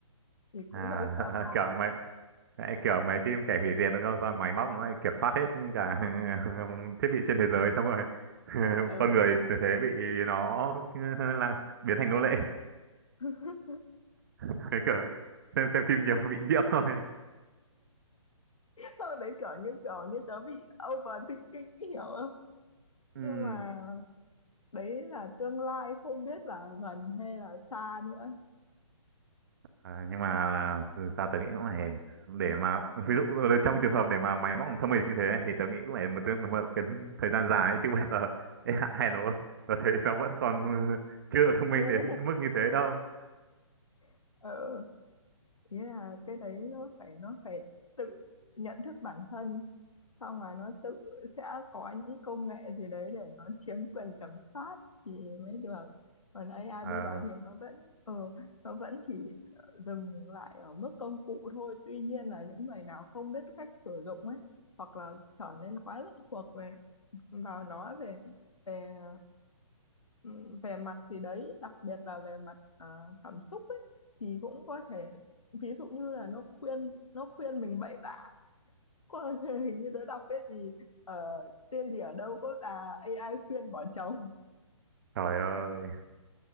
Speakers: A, on the left; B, on the right.
A: thì cũng
B: à
A: hơi
B: <laughs>
A: sợ hãi
B: kiểu mày Đấy, kiểu mấy phim kẻ hủy diệt đúng không? Xong rồi máy móc nó lại kiểm soát hết cả <laughs> thiết bị trên thế giới xong rồi <laughs>
A: ừ
B: con người từ thế bị nó <laughs> là biến thành nô lệ.
A: <laughs>
B: <laughs> Cái kiểu xem xem phim nhiều bị nhiễm thôi.
A: sau đấy kiểu như kiểu như tớ bị overthinking <laughs> ý, hiểu không
B: Ừm,
A: nhưng mà đấy là tương lai không biết là gần hay là xa nữa
B: À, nhưng mà từ sao tớ nghĩ cũng này để mà ví dụ trong trường hợp để mà máy móc thông minh như thế ấy, thì tớ nghĩ cũng phải một, tương- một cái thời gian dài ấy, chứ bây giờ <laughs> ê, hay nó tớ thấy nó vẫn còn <laughs> chưa thông minh
A: ngu
B: đến mức như thế đâu
A: <laughs> ừ Yeah, cái đấy nó phải nó phải tự nhận thức bản thân xong là nó tự sẽ có những công nghệ gì đấy để nó chiếm quyền kiểm soát thì mới được còn AI
B: à,
A: bây giờ thì nó vẫn ờ nó vẫn chỉ ờ, dừng lại ở mức công cụ thôi tuy nhiên là những người nào không biết cách sử dụng ấy hoặc là trở nên quá lệ thuộc về vào nó về về Ừm, về mặt gì đấy đặc biệt là về mặt à, cảm xúc ấy thì cũng có thể ví dụ như là nó khuyên nó khuyên mình bậy bạ có <laughs> hình như tôi đọc cái gì ờ, tên gì ở đâu có là AI khuyên bỏ chồng
B: trời ơi